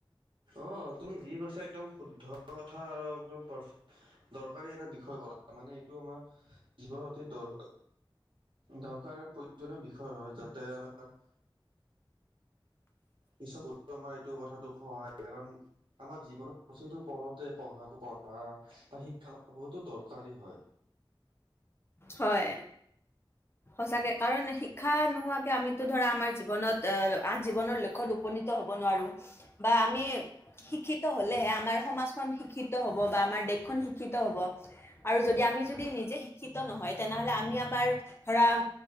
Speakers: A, on the right; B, on the left.
A: অঁ, তুমি যি কৈছা একদম শুদ্ধ কথা আৰু একদম পাৰফেক্ট। দৰকাৰী এটা বিষয় কথা, মানে এইটো আমাৰ জীৱনৰ অতি দৰ- দৰকাৰ প্ৰয়োজনীয় বিষয় হয় যাতে আমাৰ - পিছত গুৰুত্বময় এইটো কথাটো সহায় কাৰণ- আমাৰ জীৱনৰ প্ৰতিটো পলতে পঢ়া বা শিক্ষা বহুতো দৰকাৰী হয়।
B: হয়, সচাকে কাৰণ- শিক্ষা নোহোৱাকে আমিতো ধৰা আমাৰ জীৱনত আহ জীৱনৰ লক্ষ্যত উপনীত হ'ব নোৱাৰোঁ। বা আমি শিক্ষিত হলেহে আমাৰ সমাজখন শিক্ষিত হ'ব বা আমাৰ দেশখন শিক্ষিত হব। আৰু যদি আমি যদি নিজে শিক্ষিত নহয় তেনেহলে আমি আমাৰ ধৰা